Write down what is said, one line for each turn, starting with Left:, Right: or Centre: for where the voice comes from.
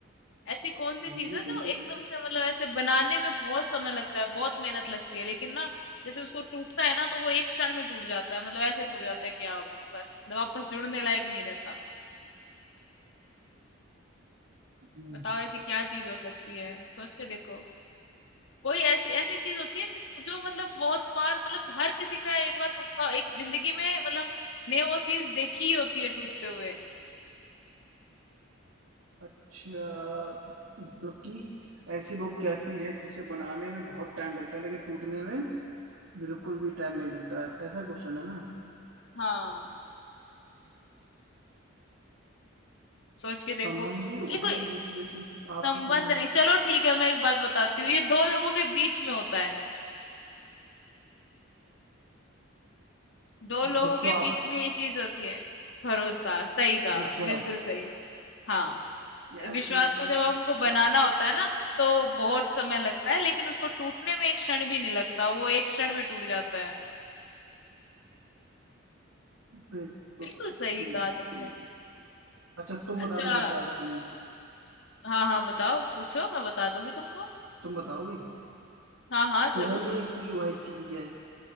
Left: ऐसी कौन सी
Right: धीरे
Left: चीज है
Right: धीरे
Left: जो एकदम से मतलब ऐसे बनाने में बहुत समय लगता है बहुत मेहनत लगती है लेकिन ना जैसे उसको टूटता है ना तो वो एक क्षण में टूट जाता है मतलब ऐसे टूट जाता है कि आप बस मतलब वापस जुड़ने लायक नहीं रहता
Right: हम्म,
Left: बताओ ऐसी क्या चीज हो सकती है सोच के देखो कोई ऐसी ऐसी चीज होती है जिस जो मतलब बहुत बार मतलब हर किसी का एक बार टूटता एक जिंदगी में मतलब ने वो चीज देखी ही होती है टूटते हुए
Right: अच्छा मतलब कि ऐसी वो क्या चीज है जिसे बनाने में बहुत टाइम लगता है लेकिन टूटने में बिल्कुल भी टाइम नहीं लगता है ऐसा क्वेश्चन है ना
Left: हाँ सोच के देखो
Right: संबंधी होते
Left: ये कोई
Right: हैं एक दूसरे से
Left: संबंध
Right: आपसे संबंध
Left: नहीं चलो ठीक है मैं एक बात बताती हूँ ये दो लोगों के बीच में होता है दो लोगों
Right: विश्वास
Left: के बीच में ये चीज होती है भरोसा सही कहा
Right: विश्वास
Left: बिल्कुल सही हाँ
Right: यस
Left: विश्वास
Right: मैं
Left: को
Right: जीता
Left: जब हमको बनाना होता है ना तो बहुत समय लगता है लेकिन उसको टूटने में एक क्षण भी नहीं लगता वो एक क्षण में टूट जाता है
Right: बिल्कुल
Left: बिल्कुल सही
Right: बिल्कुल
Left: कहा तुमने
Right: अच्छा तुम
Left: अच्छा
Right: बता दो फिर ज्यादा बंदे
Left: हाँ हाँ बताओ पूछो मैं बता दूंगी तुमको
Right: तुम बताओगी
Left: हाँ
Right: सोने
Left: हाँ जरूर पूछो
Right: की वह चीज है